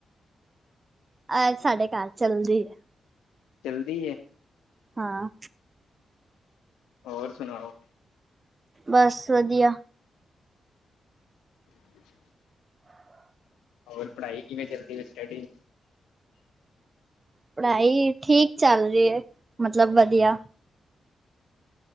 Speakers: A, on the right; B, on the left.
A: ਅ ਸਾਡੇ ਘਰ ਚੱਲਦੀ ਏ।
B: ਚਲਦੀ ਏ।
A: ਹਾਂ।
B: ਹੋਰ ਸੁਣਾਓ।
A: ਬਸ ਵਧੀਆ।
B: <inaudible> ਹੋਰ ਪੜ੍ਹਾਈ ਕਿਵੇਂ ਚਲਦੀ ਐ ਸਟੱਡੀ?
A: ਪੜ੍ਹਾਈ ਠੀਕ ਚੱਲ ਰਹੀ ਹੈ, ਮਤਲਬ ਵਧੀਆ।